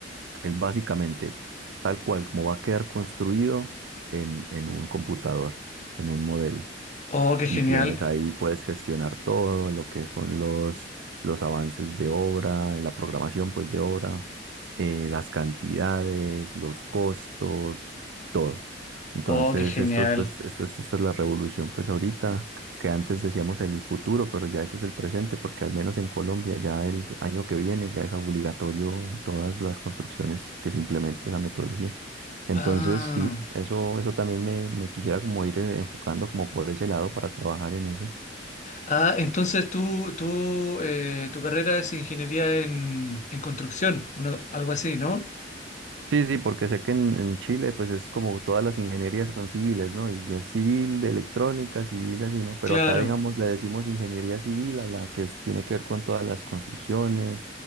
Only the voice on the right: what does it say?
es básicamente tal cual como va a quedar construido en, en un computador, en un modelo
y tienes ahí, puedes gestionar todo lo que son los, los avances de obra, la programación pues de obra, eh, las cantidades, los costos, todo. Entonces,
esto es pues, esto es, esta es la revolución pues ahorita, que antes decíamos el futuro, pero ya eso es el presente, porque al menos en Colombia ya el año que viene ya es obligatorio en todas las construcciones que se implemente la metodología. Entonces,
sí, eso, eso también me, me quisiera como ir eh, enfocando como por ese lado para trabajar en eso.
Sí, sí, porque sé que en, en Chile pues es como todas las ingenierías son civiles, ¿no? Y es civil, de electrónica, civil así, ¿no? Pero
acá, digamos, le decimos ingeniería civil a la que es- tiene que ver con todas las construcciones,